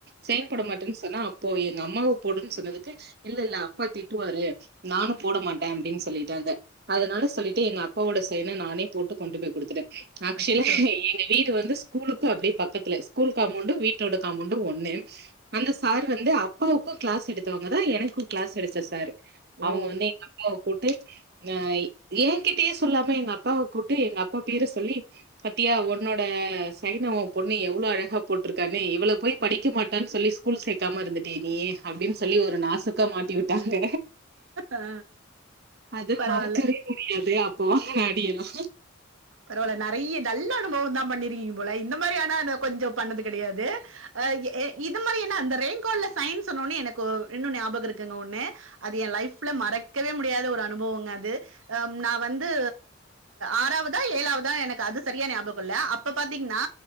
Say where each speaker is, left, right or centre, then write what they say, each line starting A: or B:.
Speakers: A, on the right; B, on the right.
A: சைன் போடமாட்டேன் சொன்னா அப் ப்போ எங்க அம்மாவ போடுன் சொன்னதுக்கு இல்ல இல்ல அப்பா திட்டுவாரு நானு போட மாட்டே அப்பிடின் சொல்லிட்டாங்க அதனால சொல்லிட்டு எங்க அப்பாவோட சைன நானே போட்டு கொண்டுபோய் குடுத்துட்டே
B: அச்சுச்சோ
A: டில எங்க வீடு வந்து ஸ்கூலுக்கு அப்டியே பக்கத்துல ஸ்கூல் காமொண்டு வீட்டோட காமொண்டு ஒன்னு அந்த சார் வந்து அப்பாவுக்கு கிளாஸ் எடுத்தவங்கதா எனக்கு கிளாஸ் எடுத்த சார் அவங்க
B: ஓ
A: வந்து அப்பாவ கூட்டு அ ஏகிட்டயே சொல்லாம எங்க அப்பாவ கூட்டு எங்க அப்பா பேர சொல்லி பாத்தியா ஒன்னோட சைன ஓ பொண்ணு எவ்ளோ அழகா போட்ருக்கானு இவள போய் படிக்க மாட்டான்னு சொல்லி ஸ்கூல் சேக்காம இருந்துட்டியே நீ அப்டின்னு சொல்லி ஒரு நாசுக்காமாட்டி விட்டாங்க
B: ஆ
A: அது
B: பரவால்ல
A: மறக்கவே முடியாது அப்ப வாங்கன அடியெல்லா
B: பரவால நெறைய நல்ல அனுபவம் தா பண்ணிருக்கீங்க போல இந்த மாரியான நா கொஞ்சோ பண்ணது கெடையாது ஆ எ இது மாரி என்ன அந்த ரேங்கால சைன் சொன்னோன்னே எனக்கோ இன்னு ஞாபகோ இருக்குங்க ஒன்னு அது ஏ லைஃப்ல மறக்கவே முடியாத ஒரு அனுபவங்க அது அம் நா வந்து ஆறாவ ஏழாவதா எனக்கு அது சரியா ஞாபகோ இல்ல அப்ப பாத்தீங்கன்னா